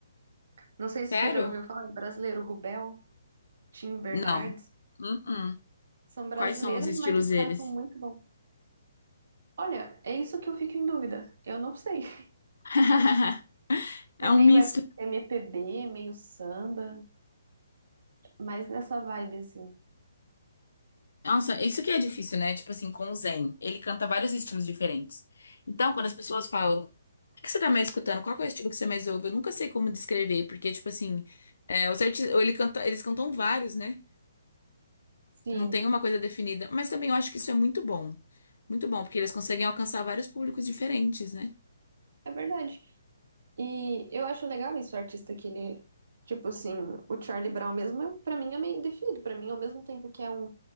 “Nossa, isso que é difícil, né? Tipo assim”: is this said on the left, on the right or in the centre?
Left